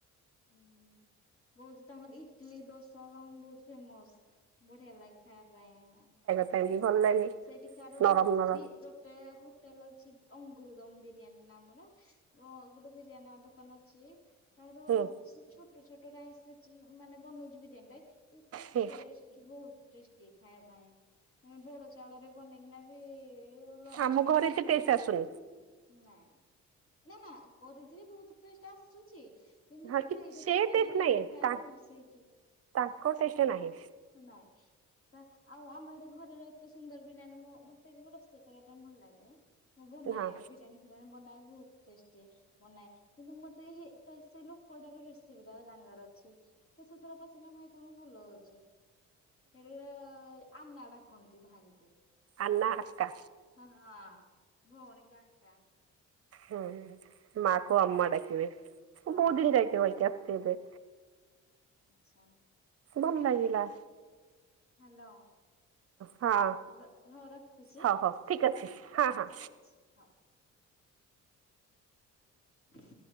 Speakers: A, on the left (about 45°); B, on the right (about 50°).
A: ହୁଁ। ବୋହୁତ ତାଙ୍କର ଇଟିଲି ଦୋସା ତଙ୍କ ବୋହୁତ ଫେମସ ବଢିଆ ଲାଗେ ଖାଇବା ପାଇଁ।
B: ମେଁ ବି ଭଲ ଲାଗେ।
A: ସେଇଠିକାର
B: ନରମ ନରମ
A: ବି ଗୋଟେ ହୋଟେଲ ଅଛି। ଅଙ୍ଗୁରଦମ ବିରିୟାନୀ ନାମର ଓ ଗୋଟେ ବିରିୟାନୀ ଆ ଦୋକାନ ଅଛି। ତାର
B: ହୁଁ
A: ସେ ଛୋଟ ଛୋଟ ରାଇସରେ ଚି ମାନେ ବନଉଛି ବିରୀୟାନିଟା ଏତେ
B: ହୁଁ
A: ଟେଷ୍ଟ କି ବୋହୁତ ଟେଷ୍ଟି ଖାଇବା ପାଇଁ ଆମେ ବଡ଼ ଚାଉଳରେ ବନେଇକିନା ବି <unintelligible> ଲଙ୍ଗ୍
B: ଆମ
A: ଚାଉଳରେ
B: ଘରେ ଏତେ
A: ବି ନାହିଁ।
B: ଟେଷ୍ଟ ଆସୁନି
A: ନା ନା ନା କରିଛି ବେହୁତ ଟେଷ୍ଟ୍ ଆସୁଛି। କିନ୍ତୁ
B: ହଁ
A: ସେ
B: କି
A: ସେଇଟା ତମେ ଏ
B: ଟେଷ୍ଟ
A: ବିରିୟାନୀଟେ
B: ନାହିଁ
A: ଖାଇବ
B: ତା
A: ସେଇଠେ।
B: ତାଙ୍କ ଟେଷ୍ଟ ନାହିଁ
A: ନାଇଁ ତ ଆଉ ଆମ ଏଠି ଘରେ ସୁନ୍ଦର ବିରୟାନି ମ ମୋତେ ବି ରୋଷେଇ କରିବା ପାଇଁ ଭଲ ଲାଗେ ମୁଁ ବନାଏ
B: ହଁ
A: ବିରିୟାନି। ବିରିୟାନି ବନାଏ ବହୁତ ଟେଷ୍ଟି। ବନାଏ କିନ୍ତୁ ମତେ ହେ ସେ ଲୋକଟାର ରେସିପିଟା ଜାଣିବାର ଅଛି। କେ ସୁଥିର ପାଚିଲା ଭାଇ ତମେ ଭଲ ଅଛି ହେଠି ଏଁ ଆନା ଡାକନ୍ତି ଭାଇଙ୍କୁ।
B: ଆନା ଆକା।
A: ଆଁ ହଁା ଭଉଣୀକୁ ଆକା।
B: ହୁଁ ମାକୁ ଅମା ଡାକିବେ। ମୁଁ
A: ହଁ
B: ବହୁତ ଦିିନ ଯାଇ <unintelligible> ତେବେ
A: ଆଛା।
B: ଭଲ ଲାଗିଲା।
A: ହ୍ୟାଲୋ।
B: ହଁ
A: ହଉ ରଖୁଛି
B: ହଉ ହଉ ଠିକ ଅଛି
A: ହଉ
B: ହଁ ହଁ
A: ଠିକ ଅଛି ହଉ। ହଁ।